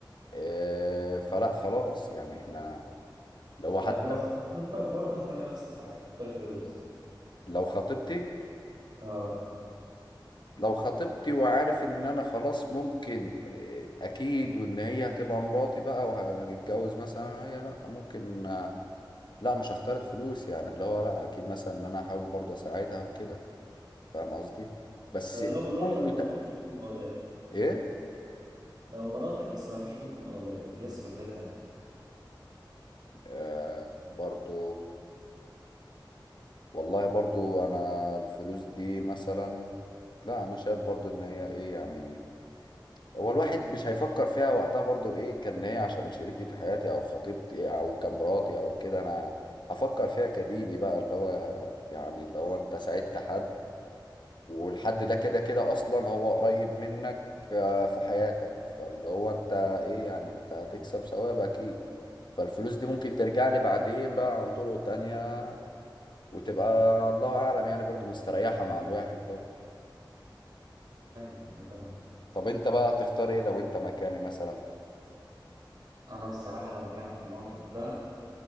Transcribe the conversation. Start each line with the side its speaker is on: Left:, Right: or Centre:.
Left: اه فلا خلاص يعني احنا لو
Right: طيب
Left: حتى
Right: لو خطيبتك برضه هتعمل نفس الحاجه هتختار الفلوس
Left: لو خطيبتي
Right: اه
Left: لو خطيبتي وعارف ان انا خلاص ممكن آه، اكيد وان هي هتبقى مراتي بقى وهنتجوز مثلا أنا وهي لا ممكن آه، لا مش هختار الفلوس يعني اللي هو لا اكيد مثلا ان انا هحاول برضه اساعدها وكده فاهم قصدي بس
Right: طيب
Left: يكون
Right: لو مراتك
Left: مت...
Right: ومفيش بينكم اولاد
Left: ايه
Right: لو مراتك بس مفيش بينكم اولاد انتوا لسه في بدايه حياتكم
Left: آه برضه والله برضه انا الفلوس دي مثلا لا انا شايف برضه ان هي ايه يعني هو الواحد مش هيفكر فيها وقتها برضو ايه كان هي عشان شريكة حياتي او خطيبتي او كمراتي او كده انا هفكر فيها كديني بقى اللي هو يعني اللي هو انت ساعدت حد والحد ده كده كده اصلا هو قريب منك آه، في حياتك فاللي هو انت ايه يعني انت هتكسب ثواب اكيد فالفلوس دي ممكن ترجع لي بعدين بقى عن طرق تانية وتبقى الله اعلم يعني برضو مستريحة مع الواحد برضو
Right: ايوه ايوه فاهم
Left: طب انت بقى تختار ايه لو انت مكاني مثلا
Right: انا بصراحه لو مكانك في الموقف ده